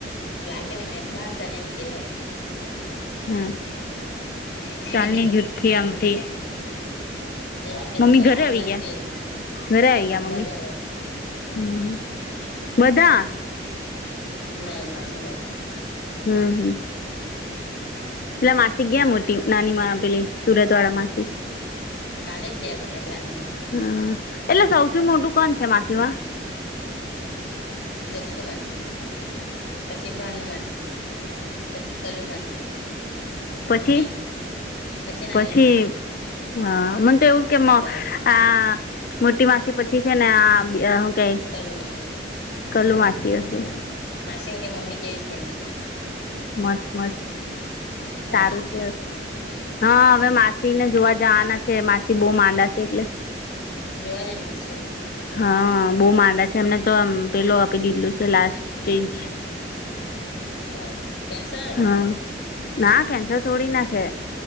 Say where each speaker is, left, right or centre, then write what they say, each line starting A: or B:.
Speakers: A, on the left; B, on the left.
A: લાગે ને મેં બહાર જાની એમ કે ની
B: હમ
A: <unintelligible> હીહીહી
B: ચાલની જૂઠથી આમથી
A: એ હાચે
B: મમ્મી
A: ન
B: ઘરે
A: આડું
B: આવી
A: લાગજે
B: ગયા ઘરે આવી
A: બધા
B: ગયા મમ્મી
A: ઘરે.
B: હમ બધા
A: નઈ માસી બાકી.
B: હમમ હમમ પેલા માસી ગયા મોટી નાની માં પેલી સુરત વાળા માસિ?
A: કાલેજ ગીયાકલા ચાંદિમા
B: હમ એટલે સૌથી મોટું કોણ છે માસીમાં?
A: દક્ષુ માસી પછી ભાનુમાસી પછી કલુ માસી મમ્મી.
B: પછી
A: નાલી
B: પછી
A: માસી
B: હા મને
A: ના
B: તો એવું કે મ.
A: બસ
B: આ મોટી માસી પછી છે ને આ. કે
A: કલુ માસી
B: કલુ માસી હશે
A: માસીન કે મમ્મી કેવી છે એ કે
B: મસ્ત મસ્ત
A: મસ્ત
B: સારું છે હા હવે માસી ને જોવા જવાના છે મા સી બહુ માંદા છે એટલે.
A: જોવા જાની માસીને.
B: હા બહુ માંદા છે એમને તો આમ પેલું આપી દીધલું છે લાસ્ટ સ્ટેજ.
A: અચ્છા કેન્સર હતું
B: હા
A: ને
B: ના કેન્સર થોડી ના છે.